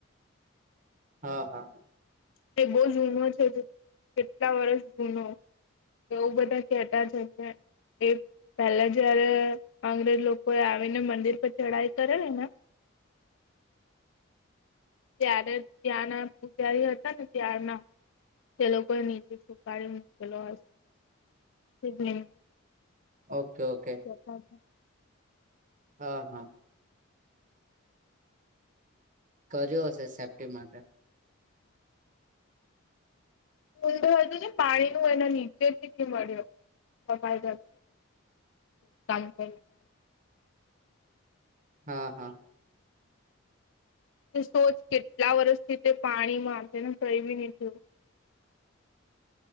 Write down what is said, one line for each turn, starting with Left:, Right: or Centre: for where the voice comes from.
Right: હા હા
Left: તે બહુ જૂનો છે કેટલા વર્ષ જૂનો એવું બધા કેતા છે કે એ પેલા જયારે અંગ્રેજ લોકો એ આવીને મંદિર પર ચઢાઈ કરેલી ને ત્યારે ત્યાંના પૂજારી હતા ને ત્યાંના તે લોકોએ નીચે છૂપાઈ મૂકેલો હશે
Right: ઓકે ઓકે
Left: <inaudible>
Right: હા હા કર્યો હશે સેફ્ટી માટે
Left: ઊંધું હતું ને પાણી નું એના નીચેથી થી મળ્યો સફાયદ <inaudible>
Right: હા હા
Left: તું સોચ કેટલા વર્ષથી તે પાણીમાં તેને કઈબી નહીં થું